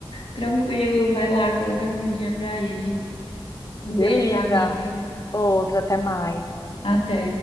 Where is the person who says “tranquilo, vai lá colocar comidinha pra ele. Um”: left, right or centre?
Left